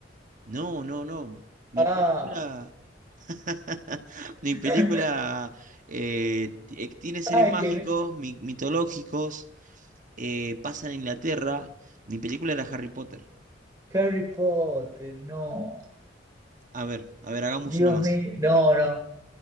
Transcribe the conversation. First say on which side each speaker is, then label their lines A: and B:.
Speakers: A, on the right (about 45°); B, on the right (about 20°).
A: no, no, no. Mi
B: Ah,
A: película, <laughs> mi
B: <laughs>
A: película eh, ti- eh, tiene seres
B: ay,
A: mágicos,
B: que
A: mi- mitológicos, eh, pasa en Inglaterra. Mi película era Harry Potter.
B: Harry Potter, no.
A: A ver, a ver, hagamos
B: Dios
A: una más.
B: mío, no, no.